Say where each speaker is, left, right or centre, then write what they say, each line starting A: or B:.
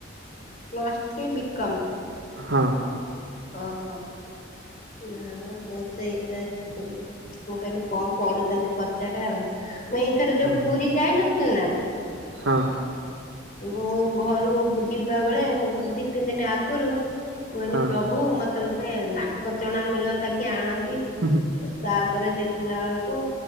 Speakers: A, on the left; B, on the right.
A: Plus three BCom.
B: ହଁ।
A: ଅ ହୋ ନା ସେଇ ମୁଁ କହିଲି କଣ ପଢୁଛନ୍ତି ପଚାରେ ଆଉ? ମୁଁ ଏଇଥର ଯୋଉ
B: ହଁ ହଁ
A: ପୁରୀ ଯାଇନଥିଲି ନା
B: ହଁ।
A: ମୁଁ ଘରୁ ଯିବା ବେଳେ ମୁଁ ଦି ତିନି ଦିନ ଆଗରୁ ମୁକହିନି
B: ହଁ
A: ପ୍ରଭୁ ମତେ ଗୋଟେ ନାକ ଚଣା ମିଳନ୍ତା କି ଆଣନ୍ତୁ
B: ହୁଁ ହୁଁ,
A: ତାପରେ ଦେଖିଲା ବେଳକୁ